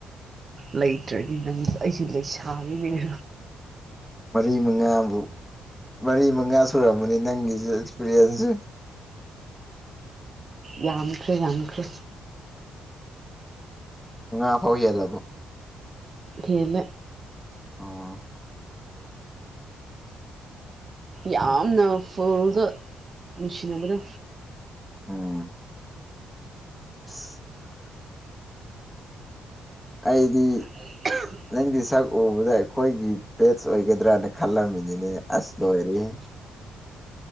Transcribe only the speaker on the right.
ꯂꯩꯇ꯭ꯔꯗꯤ ꯅꯪ ꯑꯩꯁꯨ ꯂꯩꯁꯥꯕꯤꯅꯦ
ꯌꯥꯝꯈ꯭ꯔꯦ ꯌꯥꯝꯈ꯭ꯔꯦ
ꯍꯦꯜꯂꯦ
ꯌꯥꯝꯅ ꯐꯨꯜꯗ ꯅꯨꯡꯁꯤꯅꯕꯗꯣ
<unintelligible>